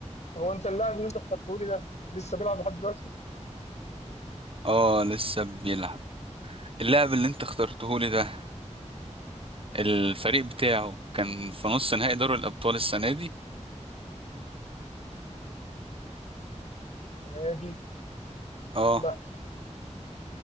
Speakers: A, on the left; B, on the right.
A: هو انت اللاعب اللي انت اخترته لي ده لسه بيلعب لحد دلوقتي؟
B: اه لسه بيلعب اللاعب اللي انت اخترته لي ده الفريق بتاعه كان في نص نهائي دوري الأبطال السنة دي
A: نادي
B: اه
A: لا